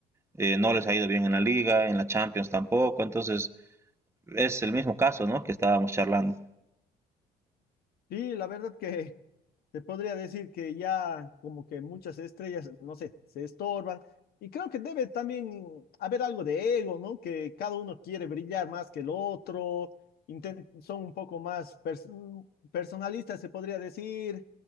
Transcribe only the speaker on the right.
eh, no les ha ido bien en la liga, en la Champions tampoco, entonces es el mismo caso, ¿no? Que estábamos charlando.